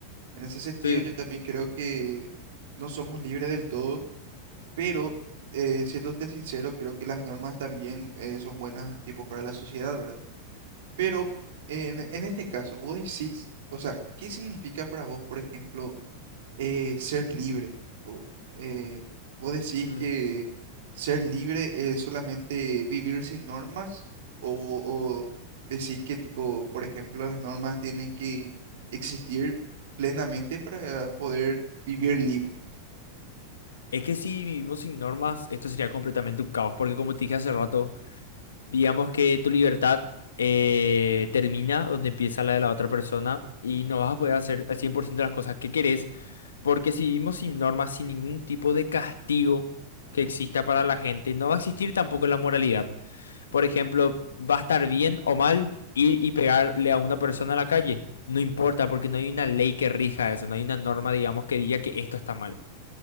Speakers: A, on the right (about 55°); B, on the left (about 65°).
A: En ese sentido,
B: Sí.
A: yo también creo que no somos libres del todo, pero eh, siéndote sincero, creo que las normas también eh, son buenas, tipo, para la sociedad, ¿verdad? Pero en, en este caso, vos decís, o sea, ¿qué significa para vos, por ejemplo? eh, ser libre. tipo, eh, ¿vos decís
B: Mm.
A: que ser libre es solamente vivir sin normas? ¿O, o decís que, tipo, por ejemplo, las normas tienen que existir plenamente para poder vivir libre?
B: Es que si vivimos sin normas, esto sería completamente un caos, porque como te dije hace rato, Digamos que tu libertad eh, termina donde empieza la de la otra persona y no vas a poder hacer al 100% las cosas que querés, porque si vivimos sin normas, sin ningún tipo de castigo que exista para la gente, no va a existir tampoco la moralidad. Por ejemplo, va a estar bien o mal ir y pegarle a una persona en la calle. No importa, porque no hay una ley que rija eso, no hay una norma, digamos, que diga que esto está mal.